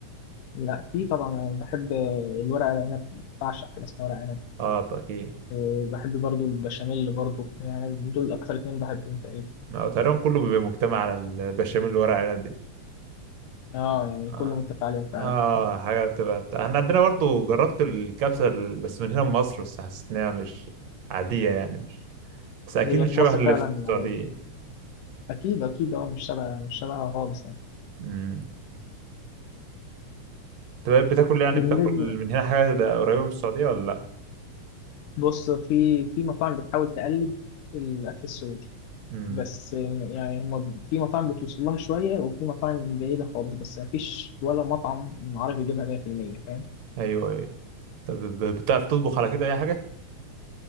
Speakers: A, on the left (about 80°); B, on the right (about 65°).
A: لا في طبعا انا بحب الورق العنب بعشق حاجه اسمها ورق عنب
B: آه أكيد
A: إيه، بحب برضو البشاميل برضو يعني دول اكتر اتنين بحبهم تقريبا
B: آه، تقريبا كله بيبقى مجتمع على البشاميل اللي ورق عنب دي
A: اه يعني
B: اه
A: كله متفق عليهم فعلا
B: آه، حاجه بتبقى بتاع. احنا عندنا برضو جربت الكبسه ال- بس من هنا من مصر بس حسيت انها مش عاديه يعني مش بس اكيد
A: هي
B: مش
A: في
B: شبه
A: مصر
B: اللي
A: فعلا
B: في السعوديه
A: عليا اكيد اكيد اه مش شبه مش شبهها خالص يعني
B: امم انت بقى بتاكل يعني
A: بالنسبه
B: بتاكل من هنا حاجه ده قريبه من السعوديه ولا لا
A: بص في في مطاعم بتحاول تقلد الاكل السعودي
B: امم
A: بس يعني هم في مطاعم بتوصل لها شويه وفي مطاعم بعيده خالص بس ما فيش ولا مطعم عارف يجيبها 100% فاهم
B: ايوه ايوه طب ب- بتعرف تطبخ على كده اي حاجه